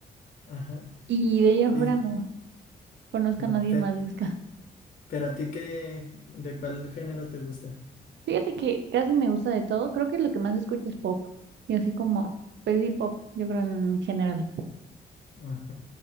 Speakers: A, on the left (about 45°); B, on the right (about 60°).
A: Ajá.
B: Y de ahí afuera
A: Y
B: no conozco
A: no,
B: a nadie
A: pero,
B: más de ska.
A: Pero a ti qué, ¿de cuál género te gusta?
B: Fíjate que casi me gusta de todo, creo que lo que más escucho es pop, y así como, pues sí, pop, yo creo en general.
A: Ajá.